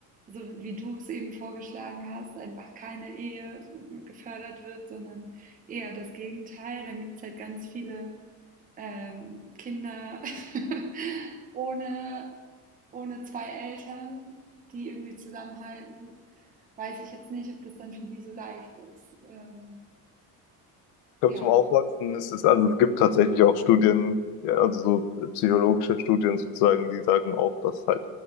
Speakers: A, on the right; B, on the left.
A: so wie du es eben vorgeschlagen hast, einfach keine Ehe gefördert wird, sondern eher das Gegenteil, dann gibt es halt ganz viele ähm, Kinder <laughs> ohne, ohne zwei Eltern, die irgendwie zusammenhalten. Weiß ich jetzt nicht, ob das dann für die so leicht ist. Ähm,
B: Ich glaube,
A: ja,
B: zum Aufwachsen ist es, also es gibt tatsächlich auch Studien, ja, also so psychologische Studien sozusagen, die sagen auch, dass halt